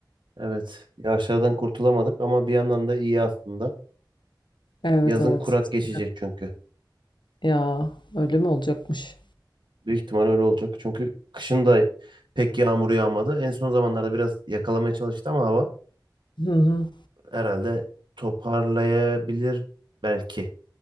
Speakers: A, on the right; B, on the left.
A: Evet. Yağışlardan kurtulamadık ama bir yandan da iyi aslında.
B: Evet
A: Yazın
B: evet.
A: kurak
B: Sıcak.
A: geçecek çünkü.
B: Ya öyle mi olacakmış?
A: Büyük ihtimal öyle olacak. Çünkü kışın da pek yağmur yağmadı. En son zamanlarda biraz yakalamaya çalıştı ama hava
B: Hı hı.
A: herhalde toparlayabilir belki.